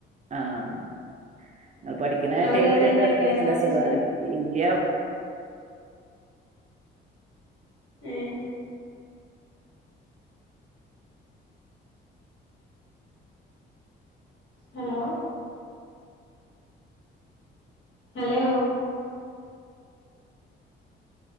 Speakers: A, on the right; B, on the left.
A: ആഹ് നിങ്ങൾ പഠിക്കുന്ന
B: ഇങ്ങള്
A: ടൈമിലൊക്കെണുണ്ടെങ്കിൽല്ല
B: കേറീനോ കെ എസ് ആർ ടി
A: സുഖാ
B: സി
A: ഇയ
B: ഉം ഹലോ ഹലോ